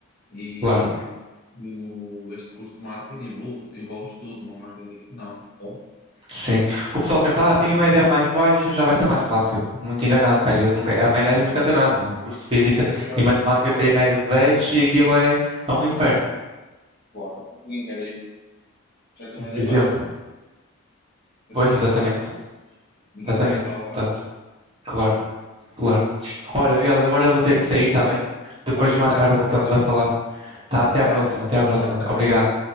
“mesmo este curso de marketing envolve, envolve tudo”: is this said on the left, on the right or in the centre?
Left